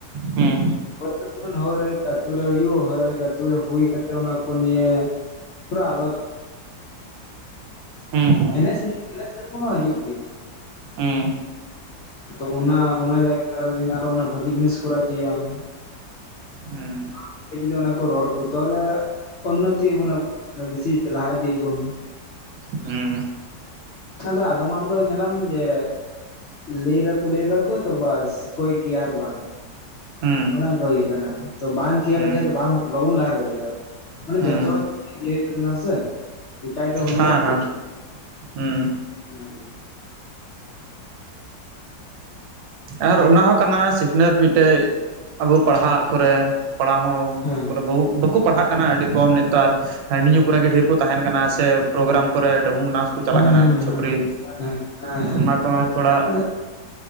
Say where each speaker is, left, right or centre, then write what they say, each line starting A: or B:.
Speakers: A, on the right; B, on the left.
A: ᱦᱩᱸ
B: ᱦᱚᱭ <inaudible> ᱦᱳᱭᱨᱮ ᱦᱩᱭᱩᱜ ᱟᱛᱩ ᱨᱮ ᱦᱩᱭᱩᱜ ᱦᱟᱨᱟ ᱮᱠ ᱟᱛᱩ ᱨᱮ ᱦᱩᱭ ᱠᱟᱛᱮ ᱚᱱᱟ ᱠᱚ ᱱᱤᱭᱮ ᱯᱩᱨᱟᱹ ᱟᱞᱳᱪ
A: ᱦᱩᱸ
B: ᱮᱱᱮᱡ-ᱥᱮᱨᱮᱧ ᱮᱱᱮᱜ-ᱥᱮᱨᱮᱧ ᱠᱚ ᱢᱟ ᱦᱩᱭᱩᱜ ᱜᱮ ᱛᱚ
A: ᱦᱩᱸ
B: ᱟᱫᱚ ᱚᱱᱟ ᱚᱱᱟ ᱡᱟᱭᱜᱟ ᱨᱮ ᱟᱨᱦᱚᱸ ᱡᱩ ᱟᱨᱦᱚ ᱩᱱᱟᱹᱜ ᱵᱷᱟᱜᱤ ᱡᱤᱱᱤᱥ ᱠᱩᱨᱟᱜ ᱪᱩᱭᱟᱢ
A: ᱦᱩᱸ
B: <inaudible> ᱡᱫᱤ ᱚᱱᱟ ᱠᱚ ᱨᱚᱲ ᱠᱚ ᱛᱟᱦᱚᱞᱮ ᱩᱱᱱᱚᱛᱤ ᱭᱟᱹᱵᱩᱱ ᱟᱹᱩ ᱵᱤᱥᱤ ᱞᱟᱦᱟ ᱤᱫᱤᱜ ᱟᱵᱩᱱ
A: ᱦᱩᱸ
B: ᱟᱫᱚ ᱟᱫᱚᱢ ᱦᱚᱲ ᱫᱚ ᱧᱮᱞᱟᱢ ᱡᱮ ᱞᱟᱹᱭ ᱮᱫᱟᱠᱚ ᱞᱟᱹᱭ ᱮᱫᱟᱠᱚ ᱛᱚ ᱵᱟᱥ ᱠᱚᱭ ᱠᱮᱭᱟᱨ ᱵᱟᱝ᱾
A: ᱦᱩᱸ
B: ᱚᱱᱮ ᱚᱱᱠᱟ ᱦᱩᱭᱩᱜ ᱠᱟᱱᱟ ᱛᱚ ᱵᱟᱝ ᱠᱮᱭᱟᱨ
A: ᱦᱩᱸ
B: ᱞᱮᱠᱷᱟᱱ ᱫᱚ ᱵᱟᱝ ᱵᱟᱵᱚᱱ ᱞᱟᱦᱟ ᱫᱟᱲᱮᱭᱟᱜᱼᱟ᱾ ᱢᱟᱱᱮ
A: ᱦᱩᱸ
B: ᱡᱚᱛᱚ ᱤᱭᱟᱹ ᱦᱩᱭᱩᱜ ᱛᱟᱵᱚᱱᱟ ᱥᱮ ᱮᱠᱟᱭ ᱫᱚ ᱦᱩᱭᱩᱜᱼᱟ
A: ᱦᱟᱸ ᱦᱟᱸ ᱦᱩᱸ
B: ᱚᱱᱟ ᱜᱮ
A: ᱟᱨ ᱚᱱᱟ ᱦᱚᱸ ᱠᱟᱱᱟ ᱥᱤᱠᱷᱱᱟᱹᱛ ᱢᱤᱫᱴᱮᱱ ᱟᱵᱚ ᱯᱟᱲᱦᱟᱜ ᱠᱚᱨᱮ ᱯᱟᱲᱦᱟᱣ ᱦᱚᱸ
B: ᱦᱮᱸ
A: ᱵᱚᱞᱮ ᱵᱟᱠᱚ ᱯᱟᱲᱦᱟᱜ ᱠᱟᱱᱟ ᱟᱹᱰᱤ ᱠᱚᱢ ᱱᱮᱛᱟᱨ ᱦᱟᱺᱰᱤ ᱧᱩ ᱠᱚᱨᱮ ᱜᱮ ᱰᱷᱮᱨ ᱠᱚ ᱛᱟᱦᱮᱸᱱ ᱠᱟᱱᱟ ᱥᱮ ᱯᱨᱳᱜᱨᱟᱢ ᱠᱚᱨᱮ ᱰᱟᱹᱵᱩᱝ ᱰᱟᱱᱥ ᱠᱚ ᱪᱟᱞᱟᱜ
B: ᱦᱮᱸ
A: ᱠᱟᱱᱟ
B: ᱦᱮᱸ
A: ᱪᱷᱟᱹᱯᱨᱤ
B: ᱦᱮᱸ ᱦᱮᱸ ᱦᱮᱸ
A: ᱚᱱᱟ ᱠᱚᱦᱚᱸ ᱛᱷᱚᱲᱟ
B: ᱦᱮᱸ